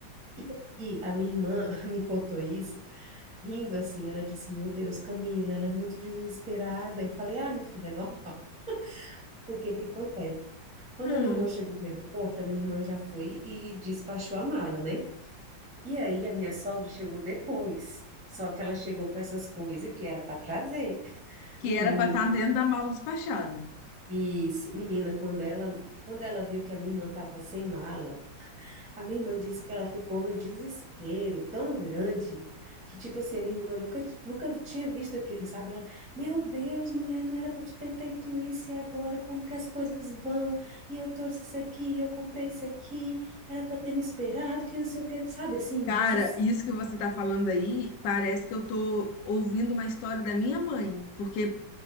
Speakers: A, in the centre; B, on the left.
A: E, e a minha irmã <laughs> me contou isso, rindo assim, ela disse, meu Deus, Camila, ela é muito desesperada. Eu falei, ah, minha filha, é normal. O que que acontece? Quando
B: Hum.
A: a minha irmã chegou no aeroporto, a minha irmã já foi e despachou a mala, né? E aí a minha sogra chegou depois. Só que ela chegou com essas coisas que era para trazer.
B: Que
A: Menina,
B: era pra estar dentro da mala despachada.
A: isso, menina, quando ela, quando ela viu que a minha irmã estava sem mala, A minha irmã disse que ela ficou no desespero tão grande que, tipo assim, a minha irmã nunca, nunca tinha visto aquilo, sabe? Ela, meu Deus, mulher, não era para tu ter feito isso e agora como que as coisas vão? E eu trouxe isso aqui, e eu comprei isso aqui, era para ter me esperado, que não sei o que, sabe? Assim, um
B: Cara,
A: desespero,
B: isso que você tá falando aí, parece que eu tô ouvindo uma história da minha mãe, porque